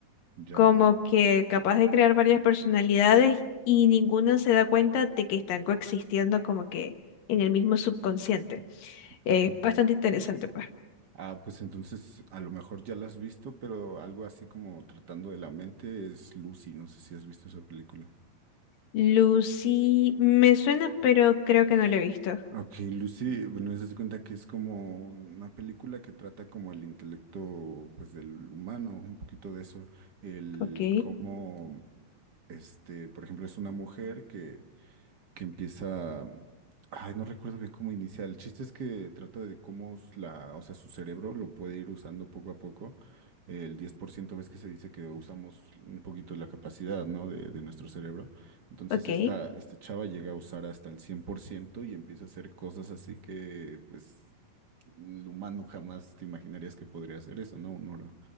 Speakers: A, on the right (about 50°); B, on the left (about 75°).
A: Ya.
B: como que capaz de crear varias personalidades y ninguno se da cuenta de que están coexistiendo como que en el mismo subconsciente.
A: Ok.
B: Es bastante interesante, pues.
A: Ah, pues entonces a lo mejor ya la has visto, pero algo así como tratando de la mente es Lucy. No sé si has visto esa película.
B: Lucy, me suena, pero creo que no lo he visto.
A: Ok, Lucy, bueno, eso se cuenta que es como una película que trata como el intelecto, pues, del humano, un poquito de eso, el
B: Ok,
A: cómo, este, por ejemplo, es una mujer que, que empieza, ay, no recuerdo bien cómo inicia, el chiste es que trata de cómo s- la, o sea, su cerebro lo puede ir usando poco a poco, el 10% ves que se dice que usamos un poquito la capacidad, ¿no? de de nuestro cerebro. Entonces
B: ok,
A: esta, esta chava llega a usar hasta el 100% y empieza a hacer cosas así que, pues, el humano jamás te imaginarías que podría hacer eso, ¿no? Un, hora-